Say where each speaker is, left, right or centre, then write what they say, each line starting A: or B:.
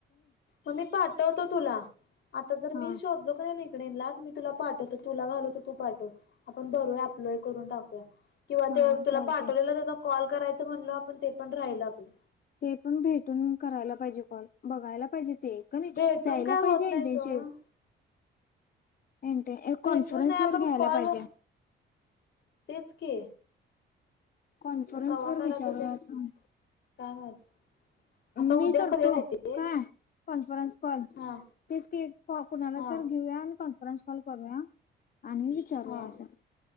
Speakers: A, on the left; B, on the left.
A: मग मी पाटतो. तो तुला आता जर
B: हा
A: मी शोधलो तर की मी तुला पाठवतो तुला घालवतो तर तू पाठव आपण बरूया आप्लय करून टाकिया. किंवा
B: हा
A: त्यो तुला
B: चालते
A: पाठवलेलं तुझा कॉल करायचं म्हणलो आपण ते पण राहिल आपलं.
B: ते पण भेटून करायला पाहिजे कॉल बघायला पाहिजेत. ते कनई
A: भेटून
B: जायला
A: काय होत
B: पाहिजे
A: नाही
B: इंटरशिप.
A: सोड
B: एनटे ए
A: भेटून
B: कॉन्फरन्स
A: नाही आपण
B: वर घ्यायला
A: कॉल
B: पाहिजे.
A: तेच की
B: कॉन्फरन्स
A: आता कवा
B: वर
A: करायचं
B: विचारु
A: ते
B: या थांब.
A: काय माहित. आता
B: मी
A: उद्या
B: करतो
A: करूया काय ते
B: काय कॉन्फरन्स कॉल
A: हा
B: तेच की कॉ कुणाला
A: हा
B: तर घेऊया आणि कॉन्फरन्स कॉल करूया. आणि विचारूया
A: हा
B: असं